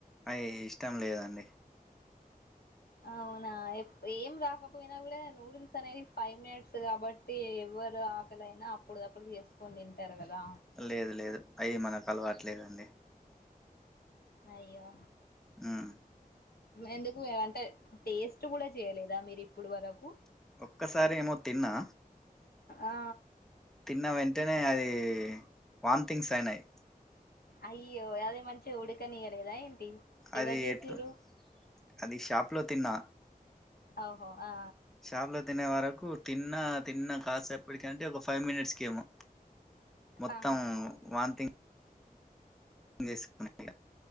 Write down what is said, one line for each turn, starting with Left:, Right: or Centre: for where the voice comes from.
Centre: అయి ఇష్టం లేదండి
Left: అవునా ఏం రాకపోయినా కూడా నూడిల్స్ అనేది ఫైవ్ మినట్స్ కాబట్ టి ఎవరు ఆకలైనా అప్పుటికప్పుడు చేసుకొని తింటారు కదా
Centre: లేదు లేదు అవి మనకు అలవాట్లేదండి
Left: అయ్యో
Centre: ఉమ్
Left: ఎందుకు అంటే టేస్ట్ కూడా చేయలేదా మీరు ఇప్పుడు వరకు
Centre: ఒక్కసారి ఏమో తిన్నా
Left: ఆ
Centre: తిన్న వెంటనే అది వామ్థింగ్స్ అయినాయి
Left: అయ్యో అదే మంచిగా ఉడకనియలేదా ఏంటి ఎవరు
Centre: అది
Left: చేసిర్రు
Centre: ఎట్లు అది షాప్లో తిన్నా
Left: అ ఓహో ఆ
Centre: షాప్లో తినే వరకు తిన్నా తిన్నా కాసేపటికి అంటే ఒక ఫైవ్ మినిట్స్ కెమో మొత్తం
Left: ఆహా
Centre: వాంతింగ్ కు